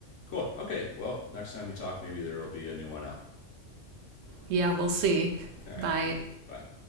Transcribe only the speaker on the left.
Cool. Okay. Well, next time we talk, maybe there will be a new one out.
All right.
Bye.